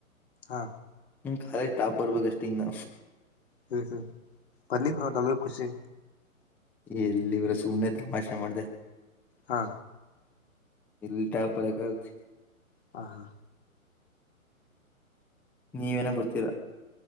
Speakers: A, on the left; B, in the centre.
A: ಹಾ
B: ಹ್ ಕಾಲೇಜ್ ಸ್ಟಾಪ್ ಬರ್ಬೇಕಷ್ಟ ಇಂದ
A: ಹ್ಮ್ ಹ್ಮ್ ಬನ್ನಿ ಬ್ರೋ ನಮಗು ಕುಷಿ
B: ಎಲ್ಲಿವರ ಸುಮ್ನೆ ತಮಾಷೆ ಮಾಡ್ದ
A: ಹಾ
B: ಇಲ್ಲಿ ಡಾಬ್ ಬರಕ ಆಗತ್
A: ಹಾ ಹಾ
B: ನೀವೇನ ಬರ್ತೀರಾ